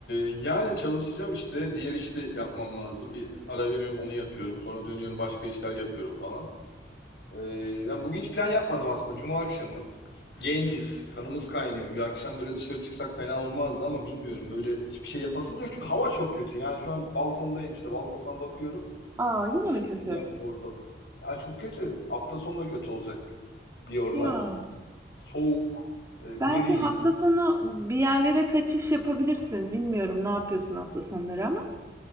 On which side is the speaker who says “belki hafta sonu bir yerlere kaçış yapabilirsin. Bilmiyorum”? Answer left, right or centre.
Right